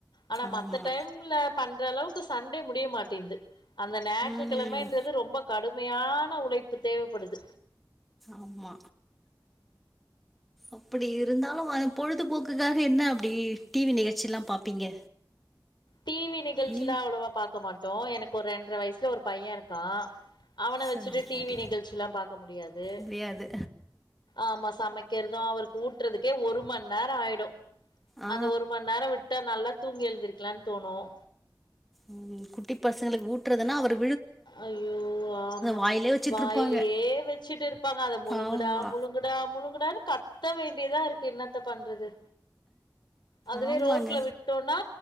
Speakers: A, on the left; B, in the centre.
A: ஆனா
B: ஆமா
A: மத்த டைம் ல பண்ற அளவுக்கு சண்டே முடிய மாட்டேன்து அந்த ஞாயிற்றுக்கிழமன்றது
B: ம்
A: ரொம்ப கடுமையான உழைப்பு தேவப்படுது
B: ஆமா அப்படி இருந்தாலு அத பொழுதுபோக்குக்காக என்ன அப்படி டிவி நிகழ்ச்சி எல்லா பாப்பீங்க
A: டிவி நிகழ்ச்சிலா
B: நீ
A: அவ்வளவா பாக்க மாட்டோம் எனக்கு ஒரு ரெண்டற வயசுல ஒரு பையன் இருக்கா அவன
B: சரி
A: வச்சுட்டு டிவி
B: சரி
A: நிகழ்ச்சில்லா பாக்க முடியாது
B: முடியாது
A: ஆமா சமைக்கிறது அவருக்கு ஊட்டுறதுக்கே ஒரு மண் நேரம் ஆயிடும்
B: ஆ
A: அந்த ஒரு மணி நேரம் விட்டா நல்லா தூங்கி எழுந்திருக்கலான் தோணும்
B: உம் குட்டி பசங்களுக்கு ஊட்டுறதுன்னா ஒரு
A: ஐய்யோ ஆமா
B: வாயிலே வச்சுட்டு
A: வாய்லையே
B: இருப்பாங்க
A: வச்சுட்டு இருப்பாங்க அத முழுங்குடா
B: ஆமா
A: முழுங்கு டா முழுங்குடான்னு கத்த வேண்டியதா இருக்கு என்னத்த பண்றது அதுவே
B: ஆமாங்க
A: ரோட்ல விட்டோன்னா